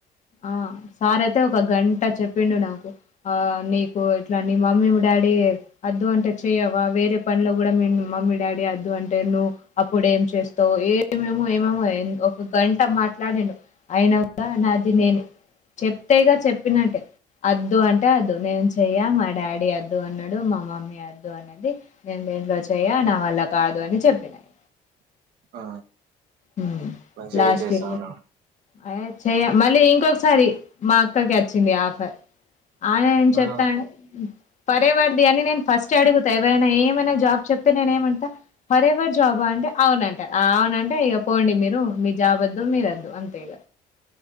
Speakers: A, on the left (about 45°); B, on the right (about 75°).
A: ఆ సార్ అయితే ఒక గంట చెప్పిండు నాకు ఆ నీకు ఇట్లా నీ మమ్మీ మీ డాడీ అద్దు అంటే చెయవా వేరే పనిలో కూడా మీ మమ్మీ డాడీ అద్దు అంటే నువు అప్పుడు ఏం చేస్తావు ఏమేమో ఏమేమో ఒక గంట మాట్లాడిండు అయిన కూడా నా ది నేనే చెప్తే ఇగా చెప్పినట్టే అద్దు అంటే అద్దు నేను చెయ్య మా డాడీ అద్దు అన్నాడు మా మమ్మీ అద్దు అనది నేను దీంట్లో చేయ్య నావల్ల కాదు అని చెప్పినా ఇగ
B: ఆ
A: ఉమ్మ్
B: మంచిగా
A: లాస్ట్‌కి
B: చేసాను
A: అ చెయ మళ్ళీ ఇంకొకసారి మా అక్కకి వచ్చింది ఆఫర్ ఆమె ఏం చెపంటే
B: ఆ
A: ఫరేవర్దీ అని నేను ఫస్టే అడుగుతా ఎవరైనా ఏమన్నా జాబ్ చెప్తే నేనే ఏమంటా ఫరేవర్ జాబా అంటే అవునంటా అవునంటే ఇగ పోండి మీరు మీ జాబ్ వద్దు మీరొద్దు అంతే ఇగ